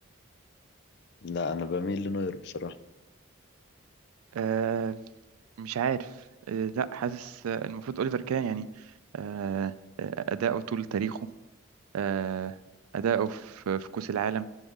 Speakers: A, on the left; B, on the right.
A: لا انا بميل لنوير بصراحه
B: آه مش عارف آه لا حاسس آه، المفروض اوليفر كان يعني آه آه، اداؤه طول تاريخه آه اداؤه في في كأس العالم